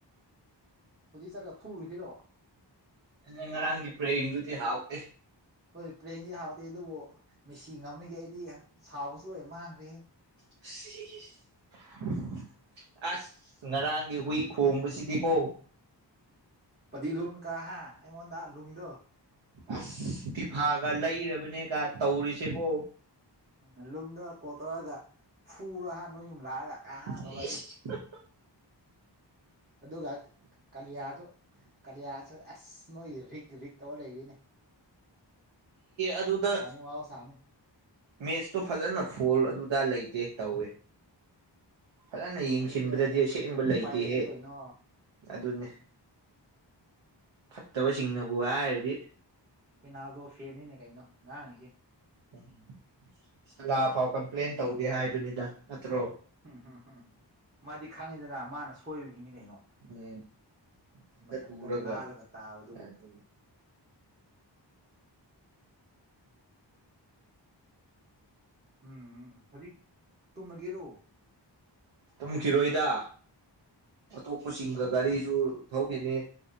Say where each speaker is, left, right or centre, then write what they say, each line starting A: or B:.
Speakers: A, on the right; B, on the right.
A: ꯍꯧꯖꯤꯛ ꯆꯠꯂꯒ ꯐꯨꯔꯨꯖꯤꫪꯣ
B: ꯑꯩꯅ ꯉꯔꯥꯡꯒꯤ ꯄꯔꯦꯡꯗꯨꯗꯤ ꯍꯥꯎꯇꯦ
A: ꯍꯣꯏ ꯄ꯭ꯂꯦꯟꯗꯤ ꯍꯥꯎꯗꯦ ꯑꯗꯨꯕꯨ ꯃꯦꯁꯤ ꯉꯝꯃꯤꯒꯩ ꯑꯩꯗꯤ ꯁꯥꯎꯕꯁꯨ ꯂꯣꯏ ꯃꯥꯡꯈ꯭ꯔꯦꯍꯦ
B: <unintelligible> ꯑꯁ ꯉꯔꯥꯡꯒꯤ ꯍꯨꯏ ꯈꯣꯡꯕꯁꯤꯗꯤꯀꯣ
A: ꯄꯗꯤ ꯂꯨꯡ ꯀ ꯍꯥꯏ ꯑꯩꯉꯣꯟꯗ ꯂꯨꯡꯗꯣ
B: ꯑꯁ ꯇꯤꯐꯥꯒ ꯂꯩꯔꯕꯅꯦꯒ ꯇꯧꯔꯤꯁꯦꯀꯣ
A: ꯎ ꯂꯨꯝꯗꯔ ꯀꯣꯜ ꯇꯧꯔꯒ ꯐꯨꯔꯣ ꯍꯥ ꯅꯣꯏ ꯌꯨꯝ ꯂꯥꯛꯑꯒ ꯀꯥ
B: <unintelligible>
A: ꯍꯥ ꯇꯧꯔꯛꯑꯦ ꯑꯗꯨꯒ ꯀꯂꯤꯌꯥꯗ ꯀꯂꯤꯌꯥꯁ ꯑꯦꯁ ꯅꯣ ꯔꯤꯛ ꯔꯤꯛ ꯇꯧ ꯂꯩꯔꯤꯅꯦ
B: ꯑꯗꯨꯗ
A: ꯋꯥꯣ ꯁꯃꯨ
B: ꯃꯦꯠꯁꯇꯣ ꯐꯖꯅ ꯐꯣꯜ ꯑꯗꯨꯗꯥ ꯂꯩꯇꯦ ꯇꯧꯋꯦ ꯐꯖꯅ ꯌꯦꯡꯁꯤꯟꯕꯗꯗꯤ
A: ꯑꯗꯨꯗꯤ
B: ꯑꯁꯦꯡꯕ ꯂꯩꯇꯦꯍꯦ
A: ꯎꯄꯥꯏ ꯂꯩꯇꯦ ꯀꯩꯅꯣ
B: ꯑꯗꯨꯅꯦ ꯐꯠꯇꯕꯁꯤꯡꯅꯕꯨ ꯍꯥꯏꯔꯗꯤ
A: ꯄꯦꯅꯥꯗꯣ ꯐꯦꯅꯤꯅꯦ ꯀꯩꯅꯣ ꯉꯔꯥꯡꯁꯦ
B: ꯎꯝ ꯁꯒꯥ ꯐꯥꯎ ꯀꯝꯄ꯭ꯂꯦꯟ ꯇꯧꯗꯦ ꯍꯥꯏꯕꯅꯤꯗ ꯅꯠꯇ꯭ꯔꯣ
A: ꯎꯝ ꯎꯝ ꯎꯝ ꯃꯥꯗꯤ ꯈꯪꯉꯤꯗꯅ ꯃꯥꯅ ꯁꯣꯏꯕꯒꯤꯅꯤ ꯀꯩꯅꯣ
B: ꯎꯝ ꯏꯊꯟꯇ
A: ꯃꯊꯟꯇ
B: ꯇꯨꯔꯒ
A: ꯅꯥꯜꯂꯒ ꯇꯥꯕꯗꯨꯕꯨ
B: ꯑꯗꯨꯅꯤ
A: ꯎꯝ ꯎꯝ ꯐꯗꯤ ꯇꯨꯝꯃꯒꯦꯔꯣ
B: ꯇꯨꯝꯈꯤꯔꯣꯏꯗ ꯑꯇꯣꯞꯄꯁꯤꯡꯒ ꯒꯥꯔꯤꯁꯨ ꯊꯧꯈꯤꯅꯤ